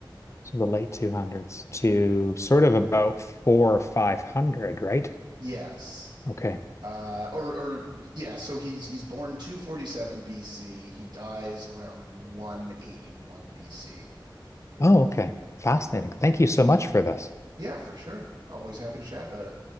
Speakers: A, on the left; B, on the right.
A: So the late 200s to sort of about four or 500, right?
B: Yes.
A: Okay.
B: Uh or or yeah, so he's he's born 247 BC. He dies around 181 BC.
A: Oh, okay. Fascinating. Thank you so much for this.
B: Yeah, for sure. Always happy to chat about it.